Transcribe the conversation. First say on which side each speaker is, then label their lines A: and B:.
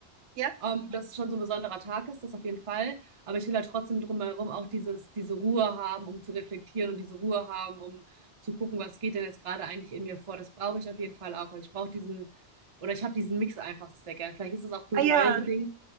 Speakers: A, on the right; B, on the right.
A: ja.
B: Ähm, dass es schon so ein besonderer Tag ist, das auf jeden Fall. Aber ich will halt trotzdem drumherum auch dieses, diese Ruhe haben, um zu reflektieren und diese Ruhe haben, um zu gucken, was geht denn jetzt gerade eigentlich in mir vor. Das brauche ich auf jeden Fall auch. Also ich brauche diesen, oder ich habe diesen Mix einfach sehr gern. Vielleicht ist das auch kulturell
A: Ah ja,
B: bedingt,